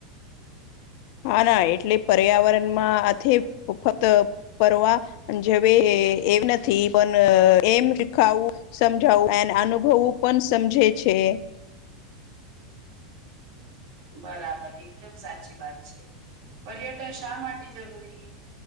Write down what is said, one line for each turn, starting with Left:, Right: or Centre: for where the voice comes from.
Left: હા ના એટલે પર્યાવરણમાં આથી ફક્ત પરવા જેવે એમ નથી પણ એમ શીખાવુ. સમજાવું એ અનુભવવું પણ સમજે છે.
Right: બરાબર એકદમ સાચી વાત છે પર્યટન શા માટે જરૂરી